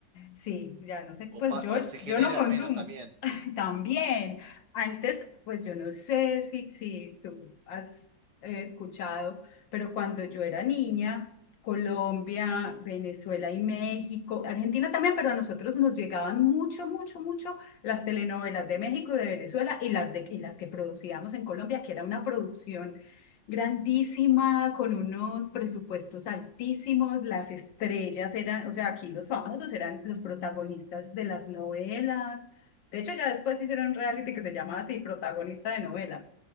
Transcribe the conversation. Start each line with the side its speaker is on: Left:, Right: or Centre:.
Left: Sí, ya no sé,
Right: o,
Left: pues
Right: pa-
Left: yo,
Right: o se generan
Left: yo no consumo.
Right: menos también.
Left: <laughs> También, antes, pues yo no sé si, si tú has eh, escuchado, pero cuando yo era niña, Colombia, Venezuela y México, Argentina también, pero a nosotros nos llegaban mucho, mucho, mucho las telenovelas de México y de Venezuela y las, de, y las que producíamos en Colombia, que era una producción grandísima, con unos presupuestos altísimos, las estrellas eran, o sea, aquí los famosos eran los protagonistas de las novelas. De hecho, ya después hicieron un reality que se llamaba así, protagonista de novela,